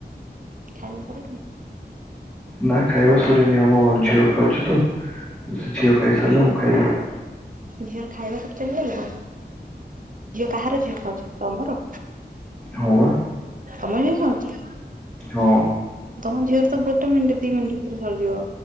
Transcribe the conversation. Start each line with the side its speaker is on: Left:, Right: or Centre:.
Right: ଖାଇ। <inaudible>
Centre: ନା ଖାଇବା ସରିନି ଆମ ଝିଅ ଖାଉଛି ତ ସେ ଝିଅ ଖାଇସାରିଲେ ମୁଁ ଖାଇବି।
Right: ଝିଅର ଖାଇବା ପଚାରିଲେ ନା ଝିଅ କାହାର ଝିଅ ଖାଉଛନ୍ତି ତମର।
Centre: ହଁ ପା
Right: ତମ ଝିଅ ଖାଉଛି।
Centre: ହଁ।
Right: ତମ ଝିଅରେ ତ ଗୋଟେ ମିନିଟ ଦି ମିଟ ଭିତରେ ସରିବ।